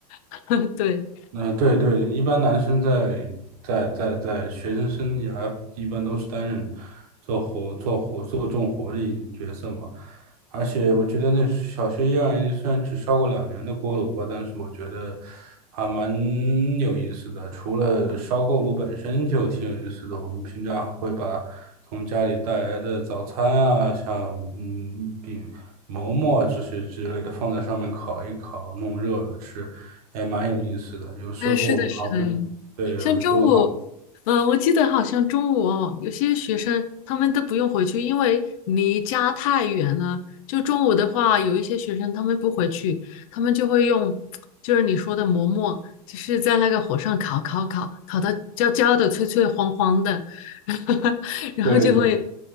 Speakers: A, on the left (about 55°); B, on the right (about 65°).
A: <laughs> 对，
B: 那对对对，一般男生在在在在学生生涯一般都是担任做活做活做重活的角色嘛。而且我觉得那小学一二年级虽然只烧过两年的锅炉吧，但是我觉得还蛮有意思的。除了烧锅炉本身就挺有意思的，我们平常会把从家里带来的早餐啊，像嗯饼、馍馍啊这些之类的放在上面烤一烤，弄热了吃，也蛮有意思的。有时候我们还会，
A: 哎，是的，是的，
B: 对，有时候好，
A: 像中午，嗯、我记得好像中午哦，有些学生他们都不用回去，因为离家太远了。就中午的话，有一些学生他们不回去，他们就会用，就是你说的馍馍，就是在那个火上烤烤烤，烤到焦焦的、脆脆黄黄的，<laughs> 然后就会，
B: 对，